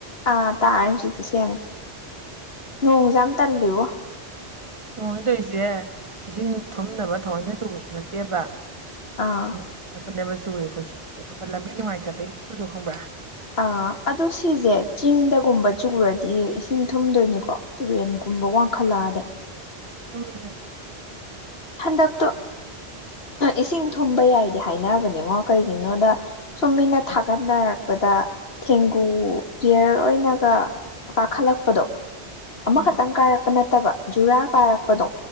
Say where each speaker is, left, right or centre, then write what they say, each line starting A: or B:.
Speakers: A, on the left (about 65°); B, on the right (about 30°).
A: ꯑꯥ ꯇꯥꯔꯦ ꯍꯧꯖꯤꯛꯇꯤ ꯁꯦꯝꯃꯦ ꯅꯣꯡꯁꯦ ꯌꯥꯝ ꯇꯜꯂꯤꯕꯣ
B: ꯅꯣꯡꯅ‌ꯦꯅ ꯇꯧꯔꯤꯖ‌ꯦ ꯏꯁꯤꯡ ꯊꯨꯝꯅꯕ ꯊꯑꯣꯏꯅ ꯆꯨꯕꯁꯨ ꯅꯠꯇꯦꯕ
A: ꯑꯥ
B: <inaudible> ꯆꯨꯔꯤꯀꯣ ꯈꯨꯆꯨꯁ‌ꯦ ꯑꯃ ꯂꯝꯕꯤ ꯅꯨꯡꯉꯥꯏꯇꯕꯩ ꯈꯨꯆꯨꯗ‌ꯣ ꯈꯪꯕ꯭ꯔ
A: ꯑꯥ ꯑꯗꯣ ꯁꯤꯁꯦ ꯆꯤꯡꯗꯒꯨꯝꯕ ꯆꯨꯔꯗꯤ ꯏꯁꯤꯡ ꯊꯨꯝꯗꯣꯏꯅꯤꯀꯣ ꯇꯨꯔꯦꯟꯒꯨꯝꯕ ꯋꯥꯡꯈꯠꯂꯛꯑꯗꯤ
B: ꯊꯨꯝꯗꯣꯢꯅꯤ
A: ꯍꯟꯗꯛꯇꯣ ꯏꯁꯤꯡ ꯊꯨꯝꯕ ꯌꯥꯏꯗꯤ ꯍꯥꯏꯅꯕꯅꯤꯉꯣ ꯀꯩꯒꯤꯅꯣꯗ ꯁꯨꯝ ꯃꯤꯅ ꯊꯥꯒꯠꯅꯔꯛꯄꯗ ꯊꯦꯡꯒꯨ ꯄꯤꯌꯔ ꯑꯣꯏꯅꯒ ꯀꯥꯈꯠꯂꯛꯄꯗꯣ ꯑꯃꯈꯛꯇꯪ
B: ꯎꯝ ꯎꯝ
A: ꯀꯥꯔꯛꯄ ꯅꯠꯇꯕ ꯖꯨꯔꯥ ꯀꯥꯔꯛꯄꯗꯣ